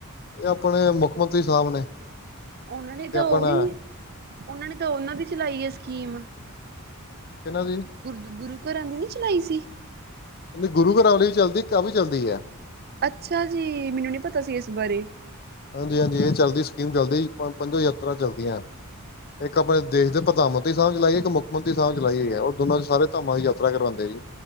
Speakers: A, on the left; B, on the right.
A: ਇਹ ਆਪਣੇ ਮੁੱਖ ਮੰਤਰੀ ਸਾਹਿਬ ਨੇ।
B: ਉਹਨਾਂ ਨੇ ਤਾਂ
A: ਤੇ ਆਪਣਾ
B: ਉਹ ਵਾਲੀ, ਉਹਨਾਂ ਨੇ ਤਾਂ ਉਹਨਾਂ ਦੀ ਚਲਾਈ ਆ ਸਕੀਮ
A: ਕਹਿੰਨਾ ਦੀ।
B: ਗੁਰਦ ਗੁਰੂ ਘਰਾਂ ਦੀ ਨੀ ਚਲਾਈ ਸੀ।
A: ਗੁਰੂ ਘਰਾਂ ਵਾਲੀ ਚੱਲਦੀ ਏ, ਇਕ ਐ ਵੀ ਚੱਲਦੀ ਏ।
B: ਅੱਛਾ ਜੀ ਮੈਨੂੰ ਨਹੀਂ ਪਤਾ ਸੀ ਇਸ ਬਾਰੇ।
A: ਹਾਂਜੀ ਹਾਂਜੀ ਇਹ ਚੱਲਦੀ ਸਕੀਮ ਚੱਲਦੀ ਪੰਜੋ ਯਾਤਰਾ ਚੱਲਦੀਆਂ। ਇੱਕ ਆਪਣੇ ਦੇਸ਼ ਦੇ ਪ੍ਰਧਾਨ ਮੰਤਰੀ ਸਾਹਿਬ ਚਲਾਈਏ ਇੱਕ ਮੁੱਖ ਮੰਤਰੀ ਸਾਹਿਬ ਚਲਾਈਏ ਰਿਹਾ ਦੋਨਾਂ ਸਾਰੇ ਧਾਮਾਂ ਦੀ ਯਾਤਰਾ ਕਰਵਾਉਂਦੇ ਜੀ।